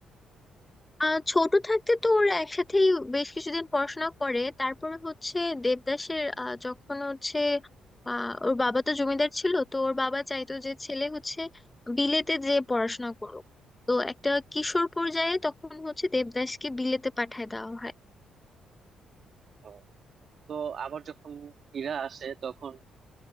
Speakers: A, on the left; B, on the right.
A: আহ ছোট থাকতে তো ওরা একসাথেই বেশ কিছুদিন পড়াশোনা করে তারপরে হচ্ছে দেবদাসের আহ, যখন হচ্ছে আহ, ওর বাবা তো জমিদার ছিল তো ওর বাবা চাইতো যে ছেলে হচ্ছে বিলেতে যে পড়াশোনা করুক তো একটা কিশোর পর্যায়ে তখন হচ্ছে দেবদাসকে বিলেতে পাঠায় দেওয়া হয়
B: ও, তো আবার যখন ফিরে আসে তখন